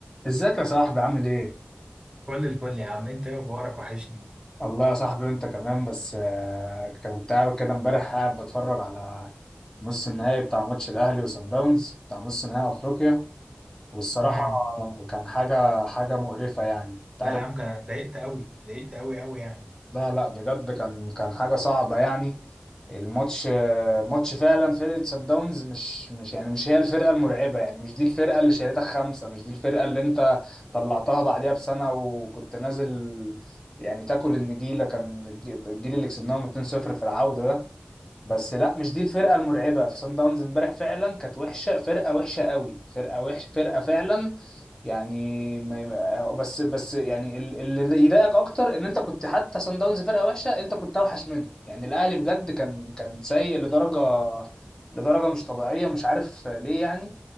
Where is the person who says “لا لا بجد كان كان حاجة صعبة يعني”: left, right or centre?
Left